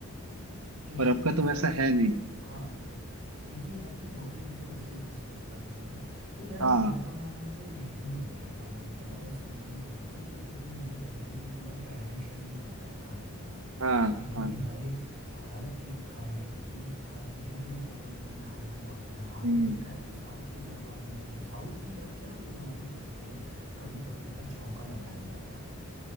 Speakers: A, on the right; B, on the right.
A: क्योंकि
B: पर अब
A: वो
B: का तो
A: सब
B: वैसा है नहीं
A: हाँ क्योंकि आपकी बॉडी भी तो वैसे ही कसरत कर रही है ना तो यार
B: हाँ
A: मेरा मानना तो यही है यार भाई देखो ना मैं सिंपली बोलूंगा कि क्योंकि मेरे घर पे भी पूरा ट्रेडिशन ही होता है खाने का
B: हाँ
A: देखो
B: हाँ
A: कि हर एक हर एक खाने की हर जो भी हमारे इंडियन खाने में पड़ता है आपने
B: हम्म
A: देखा है कि साउथ की तरफ आप निकल जाए साउथ की तरफ क्या अभी नॉर्थ की तरफ भी है कड़ी पत्ते का छौंका लगाया जाता है